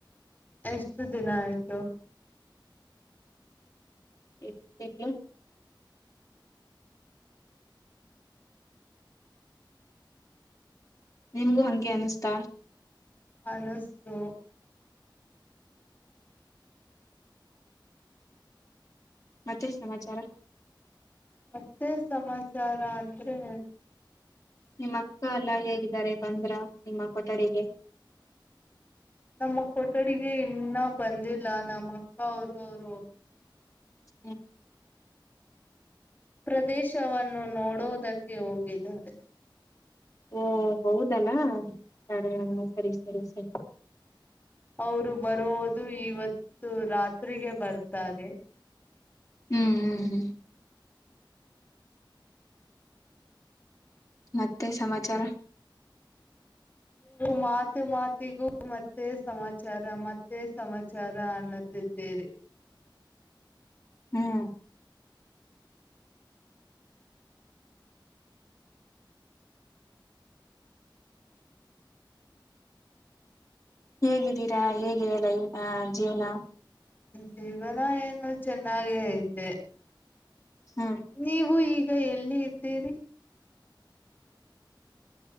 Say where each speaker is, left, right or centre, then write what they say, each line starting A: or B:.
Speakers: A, on the left; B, on the left.
A: ಎಷ್ಟು ದಿನ ಆಯ್ತು
B: ಎಂಟು ತಿಂಗಳು ನಿಂಗೇ ಅನ್ಸುತ್ತಾ
A: ಅನ್ಸ್ತು
B: ಮತ್ತೆ ಸಮಾಚಾರ
A: ಮತ್ತೆ ಸಮಾಚಾರ ಅಂದ್ರೆ
B: ನಿಮ್ಮ ಅಕ್ಕ ಎಲ್ಲಾ ಹೇಗಿದ್ದಾರೆ ಬಂದ್ರ ನಿಮ್ಮ ಕೊಠಡಿಗೆ
A: ನಮ್ಮ ಕೊಠಡಿಗೆ ಇನ್ನ ಬಂದಿಲ್ಲ ನಮ್ಮ ಅಕ್ಕ ಅವರು ಅವರು
B: ಹ್ಮ
A: ಪ್ರದೇಶವನ್ನು ನೋಡೋದಕ್ಕೆ ಹೋಗಿದ್ದಾರೆ
B: ಓ ಹೌದೇನ ಹ
A: ಹ್ಮ್
B: ಸರಿ ಸರಿ ಸರಿ <inaudible>
A: ಅವರು ಬರೋದು ಇವತ್ತು ರಾತ್ರಿ ತ್ರಿಗೆ ಬರ್ತಾರೆ
B: ಹ್ಮ್ ಹ್ಮ್ ಹ್ಮ್ ಮತ್ತೆ ಸಮಾಚಾರ
A: ನೀವು ಮಾತು ಮಾತಿಗೂ ಮತ್ತೆ ಸಮಾಚಾರ ಮತ್ತೆ ಸಮಾಚಾರ ಅನ್ನುತ್ತಿದ್ದೀರಿ
B: ಹ್ಮ್ ಹೇಗಿದ್ದೀರಾ ಹೇಗಿದೆ ಲೈವ ಅ ಜೀವ್ನ
A: ಜೀವನ ಏನು ಚೆನ್ನಾಗೇ ಐತೆ
B: ಹ್ಮ್
A: ನೀವು ಇಗ ಈಗ ಎಲ್ಲಿ ಇದ್ದೀರಿ